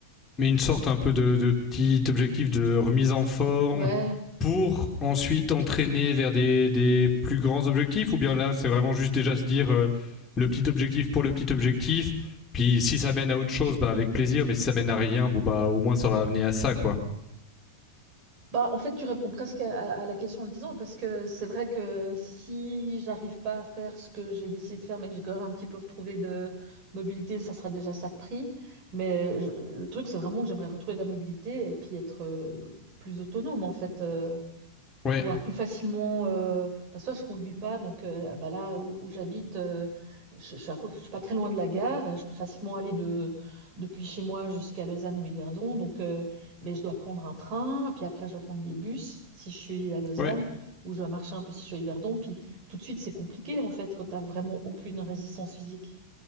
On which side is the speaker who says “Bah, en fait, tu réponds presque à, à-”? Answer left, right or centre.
Right